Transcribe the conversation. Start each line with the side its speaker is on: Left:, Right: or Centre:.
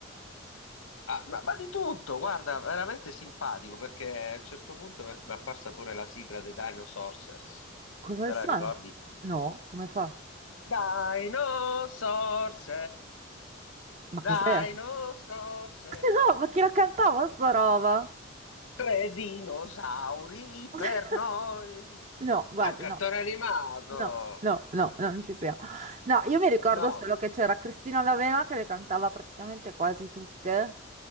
Left: Ah, ma, ma di tutto, guarda, veramente simpatico perché a un certo punto mi mi è apparsa pure la sigla dei Dinosaurs.
Right: Cosa
Left: Te
Right: le
Left: la
Right: suona?
Left: ricordi?
Right: No, come fa?
Left: Dinosaurs,
Right: Ma
Left: Dinosaurs,
Right: cos'è? <laughs> No, ma chi la cantava sta roba?
Left: tre dinosauri
Right: <laughs>
Left: per noi.
Right: No, guarda,
Left: È un cartone
Right: no.
Left: animato.
Right: No, no, no, no, non ci siamo. No, io mi ricordo
Left: No,
Right: solo che c'era Cristina D'Avena che le cantava praticamente quasi tutte.